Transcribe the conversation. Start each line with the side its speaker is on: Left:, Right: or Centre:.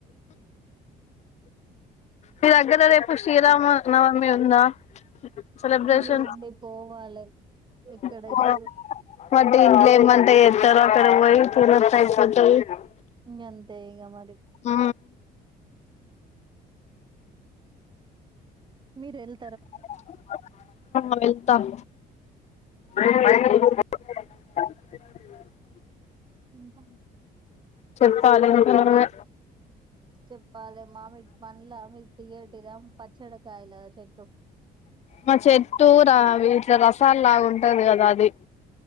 Left: మీ దగ్గర రేపు శ్రీరామనవమి ఉందా సెలబ్రేషన్
Right: ఉంది ఉంది పోవాలి ఎక్కడైతే
Left: <unintelligible>
Right: ఇంగ అంతే ఇగ మరి
Left: ఆ
Right: మీరు ఎల్
Left: <unintelligible> వెళ్తాం <inaudible>
Right: ఇంకా
Left: చెప్పాలి ఇంకా నువ్వే
Right: చెప్పాలి మామిడి పండ్లు మీరు <unintelligible> చెనకాయలు చెట్టు
Left: మా చెట్టు రా వీట్ల రసాలు లాగా ఉంటది కదా అది